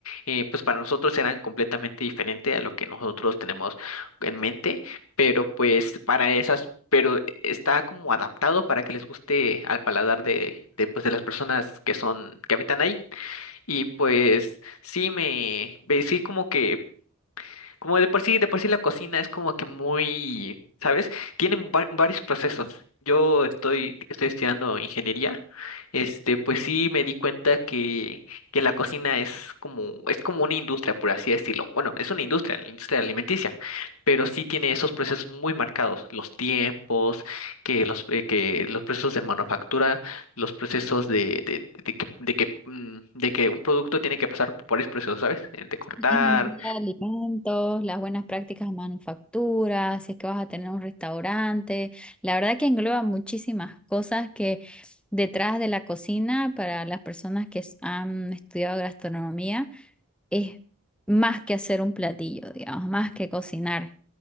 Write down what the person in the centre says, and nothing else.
Ingeniería de alimentos, las buenas prácticas de manufactura, si es que vas a tener un restaurante. La verdad que engloba muchísimas cosas que detrás de la cocina, para las personas que s- han estudiado gastronomía, es más que hacer un platillo, digamos, más que cocinar.